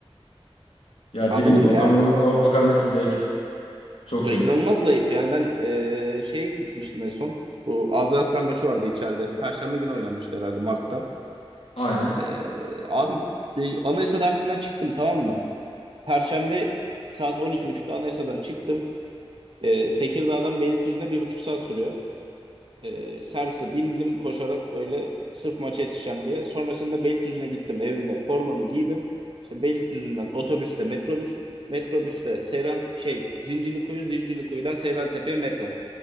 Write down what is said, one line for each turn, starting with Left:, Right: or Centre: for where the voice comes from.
Left: Ya
Right: Anladın
Left: dediğim gibi
Right: mı
Left: Okan
Right: ya?
Left: Buruk'un Avrupa karnesi zayıf. Çok
Right: Ya
Left: zayıf.
Right: inanılmaz zayıf. Yani ben eee, şey gitmiştim en son. Bu Azerbaycan maçı vardı içeride. Perşembe günü oynanmıştı herhalde Mart'ta.
Left: Aynen.
Right: Eee, abi e, anayasa dersinden çıktım tamam mı? Perşembe saat 12.30'da anayasadan çıktım. Eee, Tekirdağ'dan Beylikdüzü'ne bir buçuk saat sürüyor. Eee, servise bindim koşarak böyle sırf maça yetişeceğim diye. Sonrasında Beylikdüzü'ne gittim evime. Formamı giydim. İşte Beylikdüzü'nden otobüsle metrobüs. Metrobüsle Seyran şey Zincirlikuyu, Zincirlikuyu'dan Seyrantepe'ye metro.